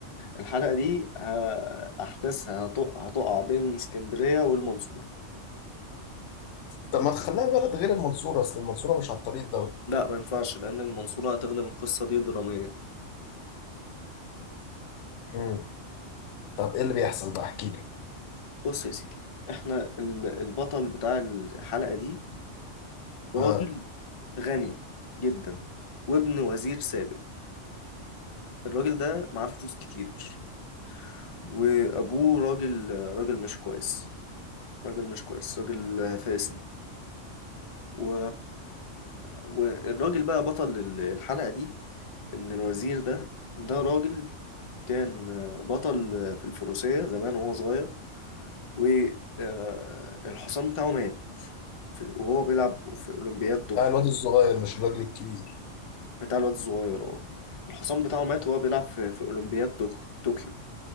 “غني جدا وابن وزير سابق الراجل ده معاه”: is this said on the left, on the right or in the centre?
Left